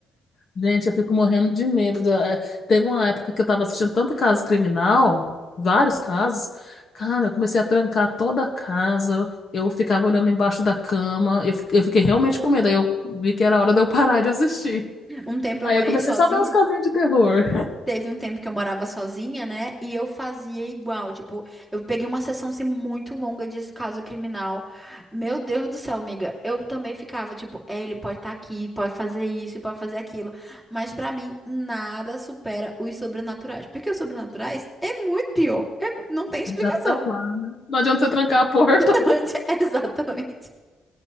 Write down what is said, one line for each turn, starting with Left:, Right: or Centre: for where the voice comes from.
Left: Gente, eu fico morrendo de medo. do- é, Teve uma época que eu tava assistindo tanto caso criminal, vários casos. Cara, eu comecei a trancar toda a casa. Eu ficava olhando embaixo da cama. Eu, fi- eu fiquei realmente com medo. Aí eu vi que era hora de eu parar de assistir.
Centre: Um tempo
Left: Aí
Centre: eu morei
Left: eu comecei
Centre: sozinha.
Left: só a ver uns casinhos de terror.
Centre: Teve um tempo que eu morava sozinha, né? E eu fazia igual. Tipo, eu peguei uma sessão assim, muito longa de caso criminal. Meu Deus do céu, amiga. Eu também ficava, tipo, é, ele pode estar aqui, pode fazer isso, pode fazer aquilo. Mas pra mim, nada supera os sobrenaturais. Porque os sobrenaturais é muito pior. É mu- não tem explicação.
Left: Já estão lá, né? Não adianta você trancar a porta.
Centre: <laughs> Não, é exatamente.